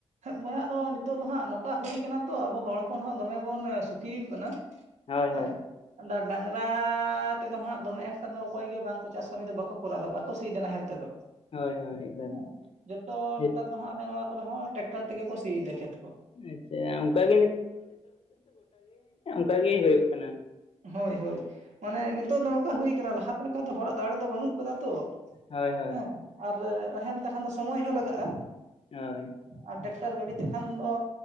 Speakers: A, on the right; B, on the left.
A: ᱵᱚᱭᱦᱟ ᱟᱫᱚ ᱱᱤᱛᱚᱜ ᱫᱚ ᱦᱟᱸᱜ ᱱᱚᱝᱠᱟ ᱦᱩᱭ ᱠᱟᱱᱟ ᱛᱚ ᱟᱵᱚ ᱦᱚᱲ ᱦᱚᱯᱚᱱ ᱦᱚᱸ ᱫᱚᱢᱮ ᱵᱚᱱ ᱥᱩᱠᱷᱤ ᱠᱟᱱᱟ
B: ᱦᱳᱭ ᱦᱳᱭ
A: ᱦᱮᱸ ᱟᱫᱚ ᱰᱟᱝᱨᱟ ᱛᱮᱫᱚ ᱦᱟᱸᱜ ᱫᱚᱢᱮ ᱮᱠᱴᱟ ᱫᱚ ᱚᱠᱚᱭ ᱜᱮ ᱵᱟᱝᱠᱚ ᱪᱟᱥ ᱠᱟᱹᱢᱤ ᱫᱚ ᱵᱟᱠᱚ ᱠᱚᱨᱟᱣᱮᱫᱟ ᱵᱟᱠᱚ ᱥᱤᱭ ᱮᱫᱟ ᱱᱟᱦᱮᱞ ᱛᱮᱫᱚ
B: ᱦᱳᱭ ᱦᱳᱭ <unintelligible>
A: ᱦᱮᱸ ᱡᱚᱛᱚ ᱱᱮᱛᱟᱨ ᱫᱚ ᱦᱟᱜ ᱟᱞᱮ ᱱᱚᱣᱟ ᱠᱚᱨᱮ ᱦᱚᱸ ᱴᱮᱠᱴᱟᱨ ᱛᱮᱜᱮ ᱠᱚ ᱥᱤᱭᱤᱫᱟ ᱠᱷᱮᱛ ᱠᱚ
B: ᱟᱪᱪᱷᱟ ᱚᱱᱠᱟᱜᱮ ᱚᱱᱠᱟ ᱜᱮ ᱦᱩᱭᱩᱜ ᱠᱟᱱᱟ
A: ᱦᱳᱭ ᱦᱳᱭ ᱢᱟᱱᱮ ᱱᱤᱛᱳᱜ ᱫᱚ ᱱᱚᱝᱠᱟ ᱦᱩᱭ ᱠᱟᱱᱟ ᱞᱟᱦᱟᱛᱮ ᱞᱮᱠᱟ ᱫᱚ ᱦᱚᱲᱟᱜ ᱫᱟᱲᱮ ᱫᱚ ᱵᱟᱹᱱᱩᱜ ᱠᱟᱫᱟ ᱛᱚ
B: ᱦᱳᱭ ᱦᱳᱭ
A: ᱦᱮᱸ ᱟᱨ ᱱᱟᱦᱮᱞ ᱛᱮ ᱠᱷᱟᱱ ᱫᱚ ᱥᱚᱢᱚᱭ ᱦᱚᱸ ᱞᱟᱜᱟᱜᱼᱟ
B: ᱦᱳᱭ
A: ᱟᱨ ᱴᱮᱠᱴᱟᱨ ᱜᱟᱹᱰᱤ ᱛᱮᱠᱷᱟᱱ ᱫᱚ